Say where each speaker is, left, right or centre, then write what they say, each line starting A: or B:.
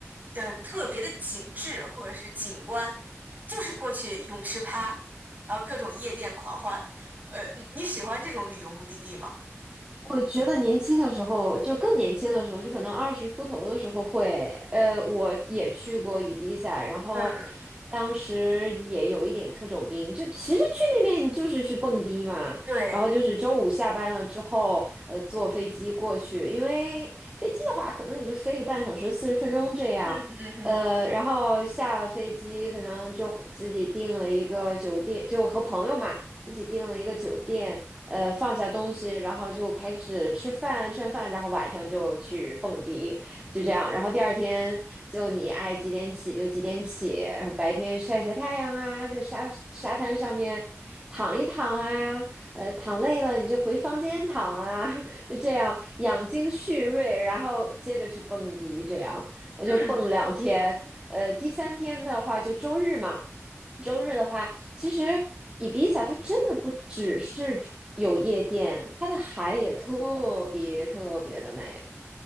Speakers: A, on the right (about 35°); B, on the right (about 20°).
A: 嗯，特别的景致或者是景观，就是过去泳池趴，然后各种夜店狂欢，呃，你你喜欢这种旅游目的地吗？
B: 我觉得年轻的时候，就更年轻的时候，就可能二十出头的时候会，呃，我也去过伊比萨，然后
A: 嗯嗯，
B: 当时也有一点特种兵，就其实去那边就是去蹦迪嘛，
A: 对，
B: 然后就是周五下班了之后，呃，坐飞机过去，因为飞机的话可能也就飞个半小时、四十分钟这样，
A: 嗯嗯嗯
B: 呃，然后下了飞机可能就自己订了一个酒店，就和朋友嘛。一起订了一个酒店，呃，放下东西，然后就开始吃饭，吃完饭，然后晚上就去蹦迪，就这样。然后第二天就你爱几点起就几点起，然后白天晒晒太阳啊，在沙沙滩上面躺一躺啊，呃，躺累了你就回房间躺啊，<laughs> 就这样养精蓄锐，然后接着去蹦迪，这样我就蹦两天。
A: 嗯
B: 呃，第三天的话就周日嘛，周日的话，其实伊比萨它真的不只是有夜店，它的海也特别特别的美，